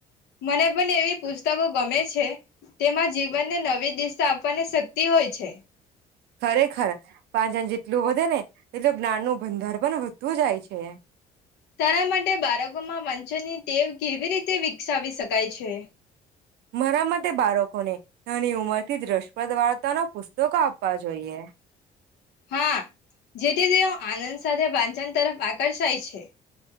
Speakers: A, on the left (about 80°); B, on the right (about 75°).
A: મને પણ એવી પુસ્તકો ગમે છે. તેમાં જીવનને નવી દિશા આપવાની શક્તિ હોય છે.
B: ખરેખર પાંચ આંજ જેટલું વધે ને એટલું જ્ઞાન નું ભંદાર પણ વધતું જાય છે.
A: તાર માટે બાળકો માં વાંચન ની ટેવ કેવી રીતે વિકસાવી શકાય છે
B: મારા મતે બાળકોને ઘની ઉંમર થી રષ્ટપદ વાર્તા નો પુસ્તકો આપવા જોઈએ.
A: હા. જેથી તેઓ આનંદ સાથે વાંચન તરફ આકર્ષાય છે.